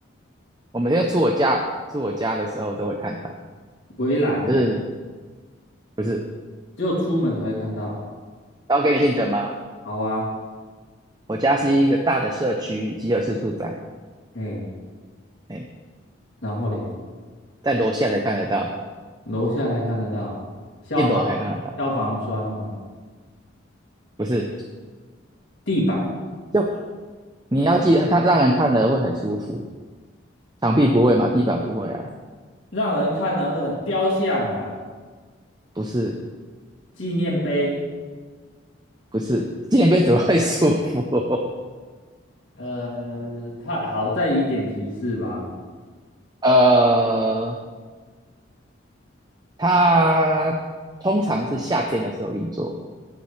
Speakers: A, on the right; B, on the left.
A: 我每天出我家出我家的时候都会看到，
B: 围栏，
A: 就是不是？
B: 只有出门才会看到。
A: 然后给你 hint 吗？
B: 好啊，
A: 我家是一个大的社区集合式住宅，
B: 嘿，
A: 哎，
B: 然后嘞？
A: 在楼下才看得到，
B: 楼下才看得到，消防消防栓吗？
A: 一楼才看得到，不是？
B: 地板
A: 就你要记得，它让人看了会很舒服，墙壁不会嘛，地板不会啊，
B: 让人看了会很雕像啊，
A: 不是
B: 纪念碑，
A: 不是，纪念碑怎么会 <laughs> 舒服？
B: 呃，它好再一点提示吧，
A: <laughs> 呃，它通常是夏天的时候运作。